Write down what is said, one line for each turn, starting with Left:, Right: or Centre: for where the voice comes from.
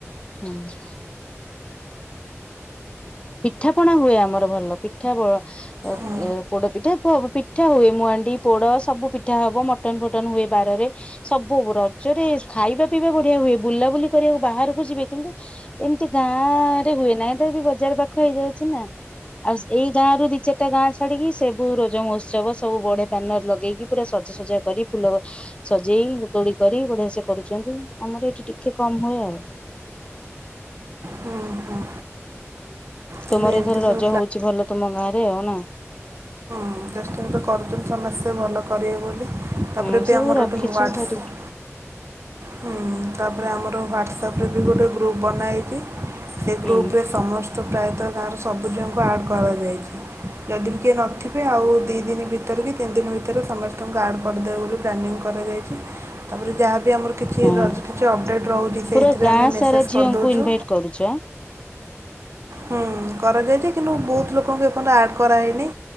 Left: <inaudible> ପିଠା ପଣା ହୁଏ ଆମର ଭଲ ପିଠା ବ ଅ-ଅ-ଅ
Right: ହୁଁ
Left: ପୋଡ ପିଠା ବ ପିଠା ହୁଏ ମାଣ୍ଡି, ପୋଡ ସବୁ ପିଠା ହବ ମଟନ ଫଟନ ହୁଏ ବାରରେ। ସବୁ ରଜରେ ଖାଇବା ପିଇବା ବଢିଆ ହୁଏ। ବୁଲାବୁଲି କରିବାକୁ ବାହାରକୁ ଯିବେ କିନ୍ତୁ ଏମିତି ଗାଁ ଆ-ଆ-ଆ ରେ ହୁଏ ନା ଏଟା ବି ବଜାର ପାଖ ହଁ ହେଇଯାଉଛି ନା ଆଉ ଏଇ ଗାଁ ରୁ ଦି ଚାରିଟା ଗାଁ ଛାଡିକି ସବୁ ରଜ ମହୋତ୍ସବ ସବୁ ବଢିଆ ପାନର ଲଗେଇକି ପୁରା ସଜାସଜା କରି ଫୁଲ ସଜେଇ ଦୋଳି କରି ବଢିଆ ସେ କରୁଛନ୍ତି। ଆମର ଏଇଠି ଟିକେ କମ ହୁଏ ଆଉ।
Right: ହୁଁ ହୁଁ ହେଲେ
Left: ତମର
Right: ଏମିତି
Left: ଏଥର ରଜ
Right: ସବୁ
Left: ହଉଛି ଭଲ ତମ ଗାଁ ରେ ଆଉ ନା।
Right: ଇଂଟରେଷ୍ଟ ତ କରୁଛନ୍ତି ସମସ୍ତେ ଭଲ କରିବେ ବୋଲି। ତାପରେ
Left: ହୁଁ
Right: ବି
Left: ସବୁ
Right: ଆମର
Left: ରଖିଛୁ
Right: ଗୋଟେ ହ୍ୱାଟ୍ସଆପ୍
Left: <unintelligible>
Right: ହୁଁ ତାପରେ ଆମର ହ୍ୱାଟ୍ସଆପରେ ବି ଗୋଟେ ଗ୍ରୁପ୍ ବନାହେଇଛି। ସେ
Left: ହୁଁ
Right: ଗ୍ରୁପରେ ସମସ୍ ତ ପ୍ରାୟତଃ ଗାଁର ସବୁଝିଅଙ୍କୁ ଆଡ଼୍ କରାଯାଇଛି। ଯଦି ବି କିଏ ନ ଥିବ ବେ ଆଉ ଦି ଦିନ ଭିତରେ କି ତିନି ଦିନ ଭିତରେ ସମସ୍ତଙ୍କୁ ଆର୍ଡ଼ କରିଦେବେ ବୋଲି ପ୍ଲାନିଂ କରାଯାଇଛି। ତାରେ ଯାହା ବି ଆମର କିଛି
Left: ହୁଁ
Right: ରଜ୍ କିଛି ଅପଡ଼େଟ୍ ରହୁଛି ସେଇଥିରେ
Left: ପୁରା ଗାଁ
Right: ଆମେ ମେସେଜ୍
Left: ସାରା ଝିଅଙ୍କୁ
Right: କରିଦେଉଛୁ।
Left: ଇନଭାଇଟ କରୁଛ
Right: ହୁଁ କରାଯାଇଛି କିନ୍ତୁ ବହୁତ ଲୋକଙ୍କୁ ଏପର୍ଯ୍ୟନ୍ତ ଆଡ଼୍ କରାହଇନି।